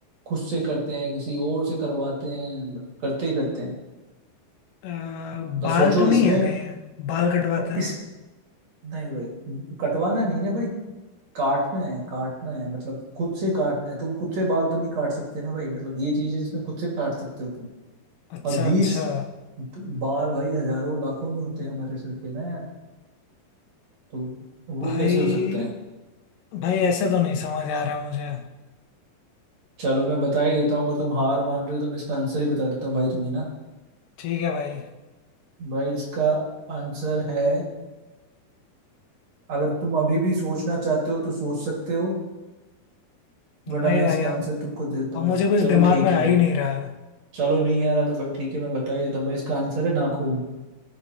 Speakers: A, on the right; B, on the left.
A: खुद से करते हैं किसी और से करवाते हैं but करते ही करते हैं
B: अ,
A: तो
B: बाल
A: सोचो
B: तो
A: इसमें
B: नहीं है कहीं बाल कटवाते
A: और
B: हैं
A: इस नहीं भाई कटवाना नहीं ना भाई काटना है काटना है मतलब खुद से काटना है तुम खुद से बाल तो नहीं काट सकते ना भाई मतलब ये चीज है जिसमें खुद से भी काट सकते हो तुम
B: अच्छा
A: और बीस
B: अच्छा
A: तो बाल भाई हजारों लाखों में होते हैं हमारे सर पे ना यार तो वो
B: भाई
A: कैसे हो सकता है
B: भाई ऐसे तो नहीं समझ आ रहा मुझे
A: चलो मैं बता ही देता हूँ अगर तुम हार मान रहे हो तो मैं इसका आंसर ही बता देता हूँ भाई तुम्हें ना
B: ठीक है भाई
A: भाई इसका आंसर है अगर तुम अभी भी सोचना चाहते हो तो सोच सकते हो वरना
B: नहीं
A: मैं
B: भाई
A: इसका आंसर
B: अब
A: तुमको दे देता
B: अब
A: हूँ भाई
B: मुझे कुछ
A: चलो
B: दिमाग
A: ठीक
B: में आ
A: है भाई
B: ही नहीं रहा है
A: चलो नहीं आ रहा तो भाई ठीक है मैं बता ही देता हूँ भाई इसका आंसर है नाखून